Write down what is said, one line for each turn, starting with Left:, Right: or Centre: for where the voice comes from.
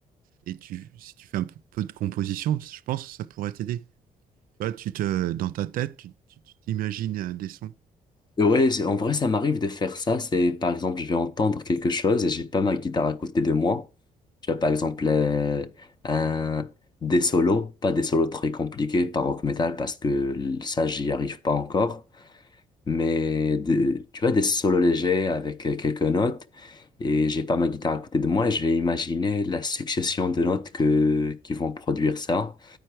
Right: Et tu, si tu fais un peu peu de composition, je pense que ça pourrait t'aider. Tu vois, tu te, dans ta tête, tu, tu- tu t'imagines euh, des sons.
Left: Ouais, c'est- en vrai, ça m'arrive de faire ça. C'est, par exemple, je vais entendre quelque chose et j'ai pas ma guitare à côté de moi. Tu vois, par exemple, euh, un, des solos, pas des solos très compliqués par rock metal parce que ça, j'y arrive pas encore. Mais de- tu vois, des solos légers avec euh, quelques notes et j'ai pas ma guitare à côté de moi et je vais imaginer la succession de notes que, qui vont produire ça.